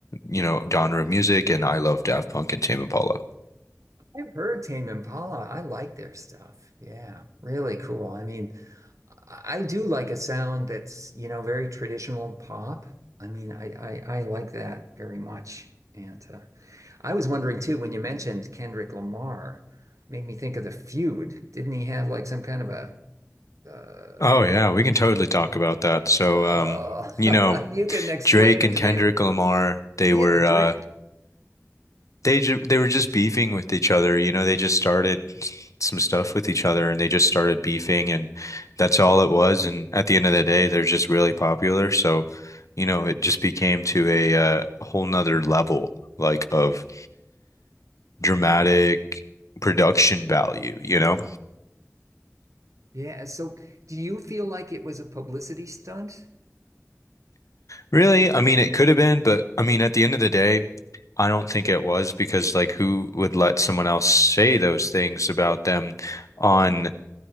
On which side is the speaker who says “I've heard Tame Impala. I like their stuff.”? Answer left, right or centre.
Right